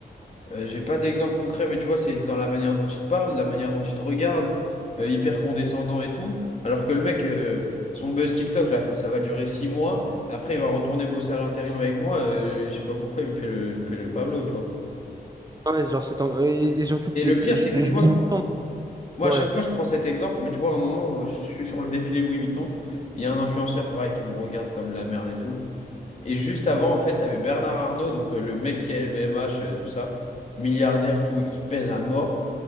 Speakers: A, on the left (about 45°); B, on the right (about 25°).
A: Euh, j'ai pas d'exemple concret, mais tu vois, c'est dans la manière dont il te parle, la manière dont il te regarde, euh, hyper condescendant et tout. Alors que le mec, euh, son buzz TikTok, là, ça va durer six mois. Après, il va retourner bosser à l'intérim avec moi. euh, je sais pas pourquoi il me fait le, il me fait le Pablo, tu vois.
B: Ouais, genre c'est. en- Et, et surtout, que
A: Et
B: je,
A: le pire,
B: je-
A: c'est que tu
B: je-
A: vois,
B: il me semble.
A: moi,
B: Ouais.
A: à chaque fois, je prends cet exemple, mais tu vois, à un moment, euh, je je suis sur le défilé Louis Vuitton. Il y a un influenceur, pareil, qui me regarde comme de la merde et tout. Et juste avant, en fait, t'avais Bernard Arnault, donc euh, le mec qui a LVMH, euh, tout ça, milliardaire, tout, et qui pèse à mort.